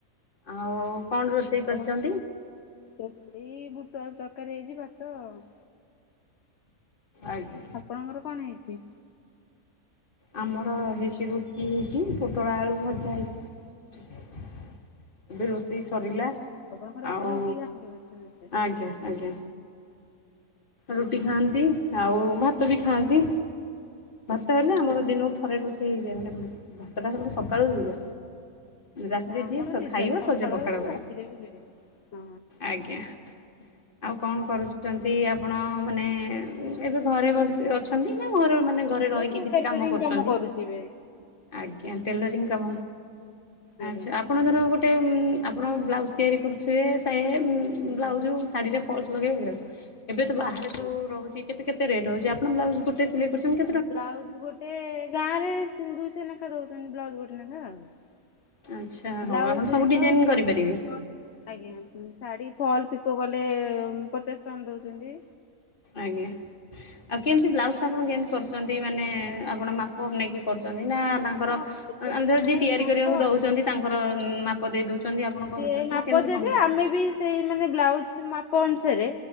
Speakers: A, on the left; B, on the left.
A: ଆଉ କଣ ରୋଷେଇ
B: ଆପଣ
A: କରିଛନ୍ତି।
B: ଏଇ ଖିଣି ବୁଟ ଆଳୁ ଦରକାର ହେଇଚି ଭାତ ଆଉ।
A: ଆଜ୍ଞା।
B: ଆପଣଙ୍କର କଣ ହେଇଛି।
A: ଆମର ହେଇଛି ରୁଟି ହେଇଛି ପୋଟଳ ଆଳୁ ଭଜା ହେଇଛି। ଏବେ ରୋଷେଇ ସରିଲା।
B: ଆପଣଙ୍କର ରାତିରେ
A: ଆଉ
B: ରୁଟି ଖାଆନ୍ତି ବୋଧେ ସମସ୍ତେ
A: ଆଜ୍ଞା, ଆଜ୍ଞା
B: ଓହୋ।
A: ରୁଟି ଖାଆନ୍ତି ଆଉ ଭାତ ବି ଖାଆନ୍ତି। ଭାତ ହେଲେ ଆମର ଦିନକୁ ଥରେ ରୋଷେଇ ହେଇଯାଏ। ମାନେ ଭାତଟା ହେଲେ ସକାଳୁ ହେଇଯାଏ। ରାତିରେ
B: ଆମର
A: ଯିଏ ସ-ଖାଇବ
B: ଦିଥର ସକାଳ
A: ସଜ ପଖାଳ
B: ହୁଏ
A: <inaudible>
B: ରାତିରେ ବି ହୁଏ। ହଁ
A: ଆଜ୍ଞା। ଆଉ କଣ କରୁଛନ୍ତି? ଆପଣ ମାନେ ଉଁ, ଏବେ ଘରେ ବସି ଅଛନ୍ତି ନା ଘର ମାନେ ଘରେ ରହିକି
B: ମୁଁ
A: କିଛି
B: ଟେଲରିଂ
A: କାମ କରୁଚନ୍ତି?
B: କରୁଛି ଏବେ
A: ଆଜ୍ଞା ଟେଲରିଂ କାମ,
B: ଆଜ୍ଞା
A: ଆଚ୍ଛା ଆ ଆପଣ ଧର ଗୋଟେ ଉଁ, ଆପଣ ବ୍ଲାଉଜ୍ ତିଆରି କରୁଥିବେ ସେ ଉଁ,
B: ଆଜ୍ଞା
A: ବ୍ଲାଉଜୁ ଶାଢୀରେ ଫଲସ୍ ଲଗେଇବେ ଏଉରା ସ- ଏବେ ତ ବାହାରେ
B: ଆଜ୍ଞା।
A: ସବୁ ରହୁଚି କେତେ କେତେ ରେଟ୍ ହଉଛି? ଆପଣ ବ୍ଲାଉଜ୍ ଗୋଟେ ସିଲେଇ କରୁଛନ୍ତି କେ
B: ବ୍ଲାଉଜ୍ ଗୋଟେ ଗାଁ ରେ ସି- ଦୁଇଶହ ନେଖା ଦଉଛନ୍ତି ବ୍ଲାଉଜ୍ ଗୋଟେ ନେଖା ଆଉ।
A: ଆଚ୍ଛା ହଉ
B: ବ୍ଲାଉଜ୍
A: ଆପଣ
B: ଦୁଇଶହ,
A: ସବୁ ଡିଜାଇନ
B: ଶାଢ଼ୀ
A: କରିପାରିବେ?
B: ଫଲ <inaudible> ଆଜ୍ଞା ହୁଁ, ଶାଢ଼ୀ ଫଲ୍ ପିକ କଲେ ଉଁ, ପଚାଶ ଟଙ୍କା ଦଉଛନ୍ତି।
A: ଆଜ୍ଞା। ଆଉ କେମତି ବ୍ଲାଉଜ୍ ଟା ଆପଣ କେମତି କରୁଛନ୍ତି? ମାନେ ଆପଣ ମାପ ନେଇକି କରୁଛନ୍ତି ନା ତା ଙ୍କର
B: ହଁ
A: ଅଁ,
B: ଗୋଟେ
A: ଆମ ଧର
B: ନାଇଁ
A: ଯିଏ ତିଆରି
B: ମାପ
A: କରିବାକୁ
B: ଅଛି।
A: ଦଉଛନ୍ତି ତାଙ୍କର ଉଁ, ମା ପ ଦେଇ ଦଉଛନ୍ତି ଆପଣ କରୁଚନ୍ତି
B: ସିଏ ମାପ
A: ନା କେମିତି
B: ଦେବେ
A: କଣ କରୁଚନ୍ତି?
B: ଆମେ ବି ସେଇ ମାନେ ବ୍ଲାଉଜ୍ ମାପ ଅନୁସାରେ